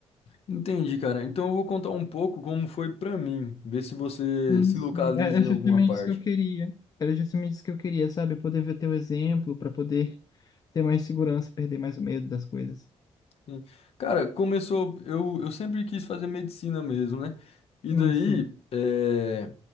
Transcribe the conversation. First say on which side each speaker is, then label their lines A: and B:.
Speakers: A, on the left; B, on the left.
A: Entendi, cara. Então eu vou contar um pouco como foi pra mim, ver se você
B: Hum,
A: se
B: sim,
A: localiza
B: era
A: em
B: justamente
A: alguma parte.
B: isso que eu queria. Era justamente isso que eu queria, sabe? Poder ver teu exemplo, para poder ter mais segurança, perder mais o medo das coisas.
A: Sim. Cara, começou. Eu, eu sempre quis fazer medicina mesmo, né? E
B: Sim,
A: daí,
B: sim.
A: é,